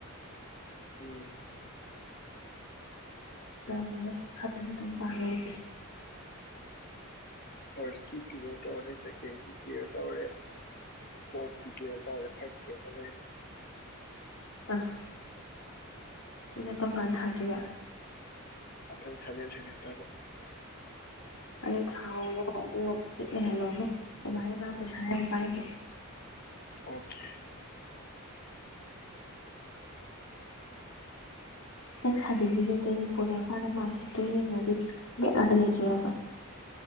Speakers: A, on the left (about 45°); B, on the left (about 70°).
A: ꯎꯝ
B: <unintelligible> ꯈꯛꯇꯪ ꯈꯛꯇꯪ <unintelligible>
A: ꯐꯥꯔꯁꯀꯤ ꯀ꯭ꯂꯤꯂꯤꯌꯥꯔ ꯇꯧꯔꯦ ꯁꯦꯀꯦꯟꯒꯤ ꯀ꯭ꯂꯤꯌꯔ ꯇꯧꯔꯦ ꯐꯣꯔꯠꯀꯤ ꯀ꯭ꯂꯤꯌꯥꯌꯔ ꯇꯧꯔꯦ ꯊꯥꯔꯠꯀꯤ ꯑꯃ ꯂꯩꯔꯦ
B: ꯑꯁ ꯑꯗꯨꯗꯤ ꯀꯝ ꯀꯥꯟ ꯊꯥ ꯑꯗꯨꯕ
A: ꯃꯊꯪ ꯁꯕꯦꯟ ꯁꯦꯃꯦꯁꯇꯔꯗ
B: ꯑꯗꯨ ꯊꯥꯎꯔꯣ ꯑꯗꯨ ꯂꯩꯍꯜꯂꯣꯅꯣ <unintelligible> ꯏꯃꯥ ꯄꯩꯁꯥ ꯌꯥꯝ ꯄꯥꯏꯗꯦ
A: ꯑꯣꯀꯦ
B: ꯅꯪ ꯁꯥꯔꯇꯤꯐꯤꯀꯦꯠꯇꯨꯗ ꯄꯨꯔꯛꯑꯀꯥꯟꯗ ꯃꯥꯔꯛꯁꯤꯠꯇꯣ ꯌꯦꯡꯉꯗꯤ ꯕꯦꯛ ꯑꯥꯗ ꯂꯩꯖꯔꯕ